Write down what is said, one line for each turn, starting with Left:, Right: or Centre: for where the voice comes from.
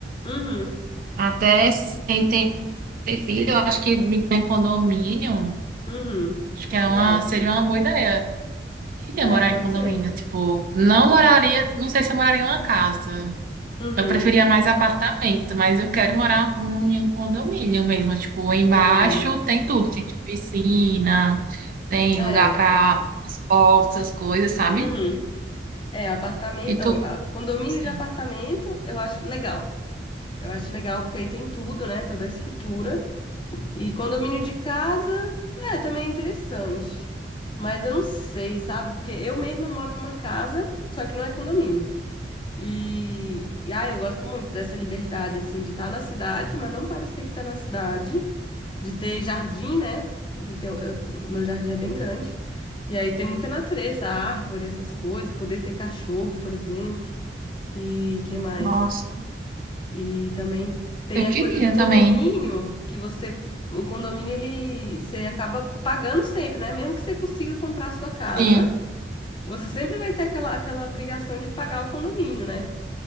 Left: Uhum,
Right: Até sem ter filho, eu acho que em condomínio.
Left: uhum.
Right: Acho que é uma,
Left: É,
Right: seria uma boa ideia. Eu queria
Left: é,
Right: morar
Left: pode
Right: em condomínio,
Left: ser.
Right: tipo, não moraria, não sei se eu moraria em uma casa.
Left: Uhum,
Right: Eu preferia mais apartamento, mas eu quero morar um- em um condomínio mesmo. Tipo, embaixo
Left: condomínio.
Right: tem tudo, tem tipo, piscina, tem
Left: É,
Right: lugar para esportes, essas coisas, sabe?
Left: uhum. É, apartamento.
Right: E tudo,
Left: ó, a- condomínio
Right: sim.
Left: de apartamento, eu acho legal. Eu acho legal porque aí tem tudo, né? Toda a estrutura. E condomínio de casa, é, também é interessante. Mas eu não sei, sabe? Porque eu mesma moro numa casa, só que não é condomínio. E, e ai, eu gosto muito dessa liberdade, assim, de estar na cidade, mas não parecer que tá na cidade, de ter jardim, né? De ter, eu- meu jardim é bem grande. E aí tem muita natureza, árvore, essas coisas, poder ter cachorro, por exemplo. E que mais?
Right: Nossa,
Left: E também tem
Right: eu queria
Left: a coisa do condomínio,
Right: também.
Left: que você, o condomínio ele você acaba pagando sempre, né? Mesmo que você consiga comprar a sua casa,
Right: Sim,
Left: você sempre vai ter aquela, aquela obrigação de pagar o condomínio, né?